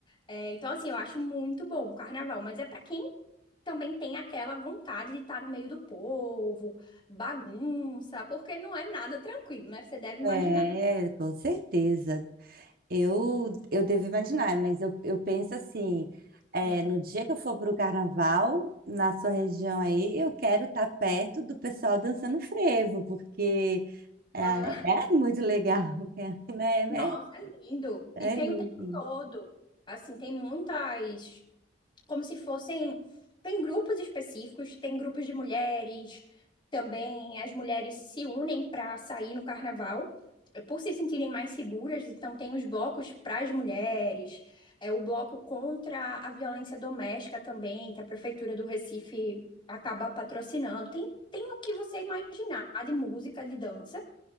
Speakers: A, on the left; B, on the right.
A: É, então, assim, eu acho muito bom o carnaval, mas é para quem também tem aquela vontade de estar no meio do povo, bagunça, porque não é nada tranquilo, né? Você deve imaginar.
B: É, com certeza. Eu, eu devo imaginar, mas eu, eu penso assim, é,
A: Hum.
B: no dia que eu for para o carnaval, na sua região aí, eu quero estar perto do pessoal dançando frevo, porque é,
A: Ah,
B: é muito legal, <laughs> né?
A: <laughs> nossa,
B: É,
A: é lindo.
B: é,
A: E tem
B: é lindo.
A: o tempo todo. Assim, tem muitas como se fossem. Tem grupos específicos, tem grupos de mulheres, também as mulheres se unem para sair no carnaval, eh, por se sentirem mais seguras, então tem os blocos para as mulheres, é o bloco contra a violência doméstica também, que a Prefeitura do Recife acaba patrocinando. Tem, tem o que você imaginar de música, de dança,